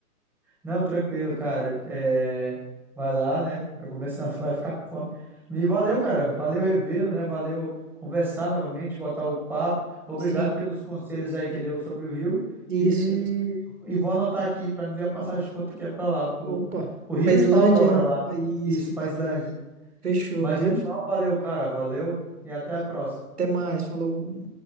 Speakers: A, in the centre; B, on the right.
A: Não, tranquilo, cara. É, vai lá, né? Eu começo, senão você vai ficar com fome. Me valeu, cara. Valeu revê-lo, né? Valeu conversar novamente, botar o papo. Obrigado
B: Sim.
A: pelos conselhos aí que deu sobre o Rio.
B: Isso,
A: E,
B: isso.
A: e vou anotar aqui pra me ver a passagem de quanto que é pra lá, pro,
B: Opa,
A: pro Rio
B: pra Islândia.
A: e pra Aurora lá.
B: é Isso,
A: Isso, pra
B: isso.
A: Islândia. Isso.
B: Fechou,
A: Mas
B: viu?
A: de antemão, valeu, cara. Valeu e até a próxima.
B: Até mais, falou.